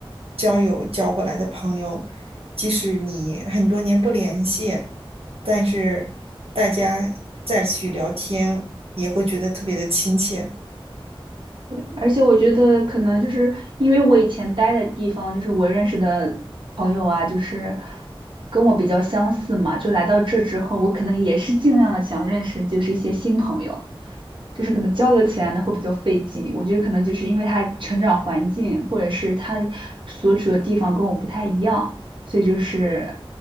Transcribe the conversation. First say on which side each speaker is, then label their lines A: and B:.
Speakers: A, on the right; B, on the right.
A: 交友交过来的朋友，即使你很多年不联系，但是大家再去聊天，也会觉得特别的亲切。
B: 对，而且我觉得可能就是因为我以前待的地方，就是我认识的朋友啊，就是跟我比较相似嘛，就来到这之后，我可能也是尽量的想认识就是一些新朋友，就是可能交流起来呢会比较费劲。我觉得可能就是因为他成长环境或者是他所处的地方跟我不太一样，所以就是